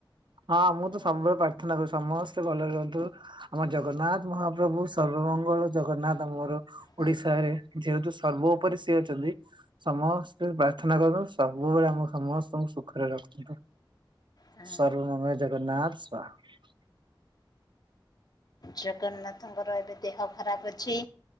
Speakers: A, on the right; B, on the left.
A: ହଁ ମୁଁ ତ
B: ଆଉ
A: ସବୁବେଳେ ପ୍ରାର୍ଥନା କରୁଛି। ସମସ୍ତେ ଭଲ ରୁହନ୍ତୁ ଆମ
B: ହୁଁ
A: ଜଗନ୍ନାଥ ମହାପ୍ରଭୁ ସର୍ବମଙ୍ଗଳ ଜଗନ୍ନାଥ ଆମର
B: ହୁଁ
A: ଓଡ଼ିଶାରେ ଯେହେତୁ ସର୍ବ ଉପରେ ସିଏ ଅଛନ୍ତି ସମସ୍ତେ ପ୍ରାର୍ଥନା କରନ୍ତୁ ସବୁବେଳେ ଆମ ମ ସମସ୍ତଙ୍କୁ ସୁଖରେ ରଖନ୍ତୁ।
B: ହଁ
A: ସର୍ବ ମଙ୍ଗଳେ ଜଗନ୍ନାଥ ସ୍ୱାମୀ।
B: ଜଗନ୍ନାଥଙ୍କର ଏବେ ଦେହ ଖରାପ ଅଛି।